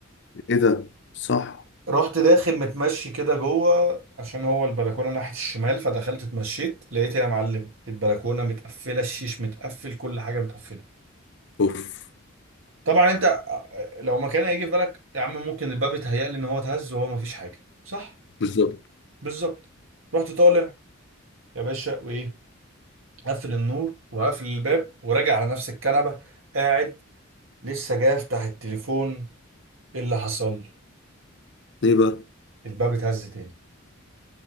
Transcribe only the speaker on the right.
فرحت داخل متمشي كده جوه عشان هو البلكونه ناحيه الشمال فدخلت اتمشيت لقيت يا معلم البلكونه متقفله الشيش متقفل كل حاجه متقفله
طبعا انت آه، لو مكان هيجي في بالك يا عم ممكن الباب اتهيأ لي ان هو اتهز وهو مفيش حاجه صح
بالظبط رحت طالع يا باشا وايه قفل النور وقفل الباب وراجع على نفس الكنبه قاعد لسه جاي افتح التليفون ايه اللي حصل
الباب اتهز تاني